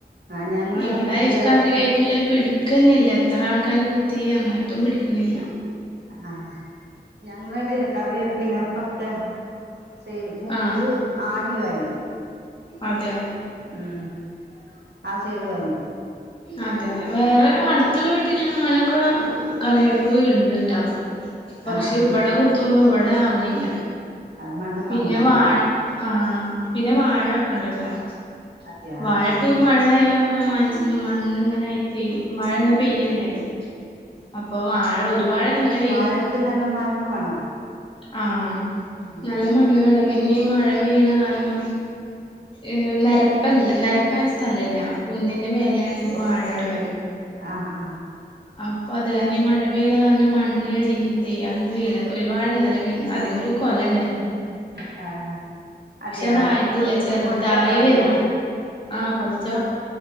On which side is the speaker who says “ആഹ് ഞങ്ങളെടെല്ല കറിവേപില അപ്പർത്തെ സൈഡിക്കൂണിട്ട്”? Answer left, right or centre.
Right